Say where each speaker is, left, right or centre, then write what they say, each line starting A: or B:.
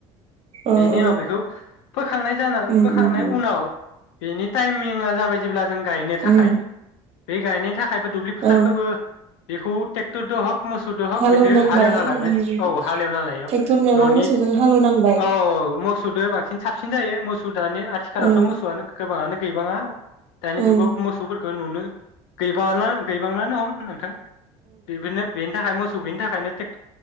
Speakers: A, on the right; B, on the left.
A: अ
B: बेनि
A: औ
B: उनाव बेखौ फोखांनाय जानो
A: उम
B: फोखांनाय
A: उम उम
B: उनाव बेनि टाइमिंआ जाबाय जेब्ला जों गायनो थाखाय
A: उम
B: बे गाइनो थाखायबो दुब्लि फोथारखोबो
A: औ
B: बेखौ टेक टदो हग मोसौदो हक
A: हालेवनांबाय
B: बिदो हालेवना लाग्रोनाय
A: उम
B: औ हालेवना लायो
A: ट्रेक्टर नङाबा
B: ननि
A: मोसौजों हालेवनांबाय
B: औ-औ मोसौदो बांसिन साबसिन जायो मोसौ दानि आथिखालावथ
A: ओं
B: मोसौआनो आनो गैबाङा। दानि
A: ओं
B: जुगाव मोसौफोर गो नुनो गैबाला गैबांलानो हम नोंथां। बिबिनो बेनि थाखाय मोस सौगैनि थाखायनो टेक